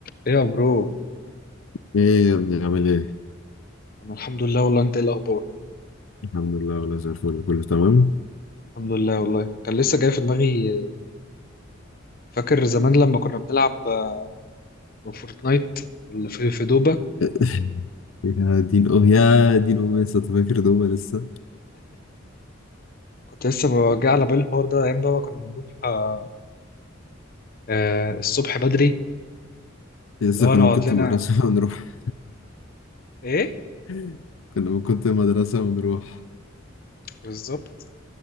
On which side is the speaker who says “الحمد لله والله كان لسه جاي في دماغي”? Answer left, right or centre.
Left